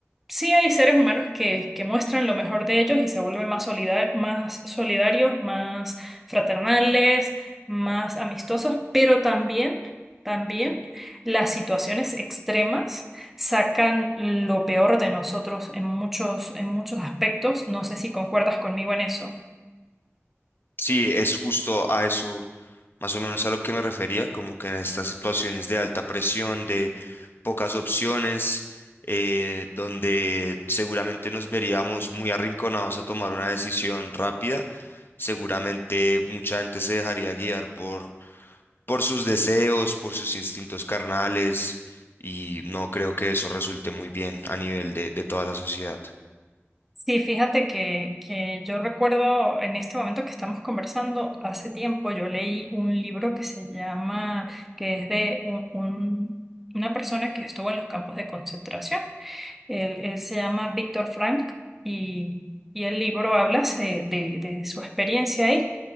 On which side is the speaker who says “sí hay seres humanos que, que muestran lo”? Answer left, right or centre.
Centre